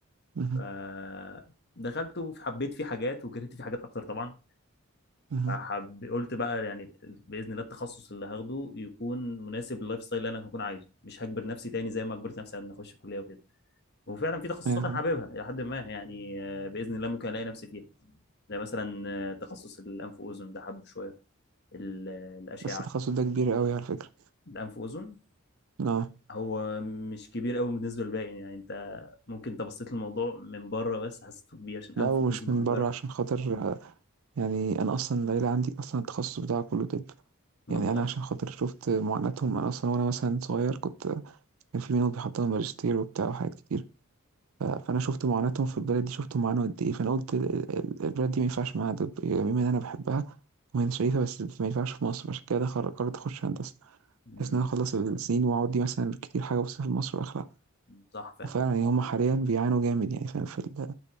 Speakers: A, on the right; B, on the left.
A: مهم.
B: ف- دخلته فحبيت فيه حاجات وكرهت فيه حاجات اكتر طبعا
A: مهم.
B: فحب قلت بقى يعني باذن الله التخصص اللي هاخده يكون مناسب لللايف ستايل اللي انا هكون عايزه مش هجبر نفسي تاني زي ما جبرت نفسي على ان اخش الكليه وكده وفعلا في تخصصات
A: أيوه
B: انا حاببها الى حد ما يعني آه، باذن الله ممكن الاقي نفسي فيها زي مثلا آه، تخصص الانف واذن ده حبه شويه ال- الاشعه
A: بس التخصص ده كبير قوي على فكرة
B: الانف واذن
A: اه
B: هو مش كبير قوي بالنسبه للباقي يعني انت ممكن انت بصيت للموضوع من بره بس حسيته كبير عشان انف
A: لا ومش
B: واذن وحنجره
A: من بره عشان خاطر آه، يعني انا اصلا العيلة عندي اصلا التخصص بتاعها كله طب
B: والله
A: يعني انا عشان خاطر شفت معاناتهم انا اصلا وانا مثلا صغير كنت كان في منهم بيحضروا ماجستير وبتاع وحاجات كتير ف- فانا شفت معاناتهم في البلد دي شفت معاناة قد ايه فانا قلت ال- ال- البلد دي ما ينفعش معاها طب يعني بما ان انا بحبها وهي شريفة بس ما ينفعش في مصر عشان كده دخل- قررت اخش هندسة
B: مم.
A: بحيث ان انا اخلص السنين واقعد دي مثلا كتير حاجة بس في مصر واخلع
B: صح فعلا
A: وفعلا يعني هم حاليا بيعانوا جامد يعني فاهم في ال-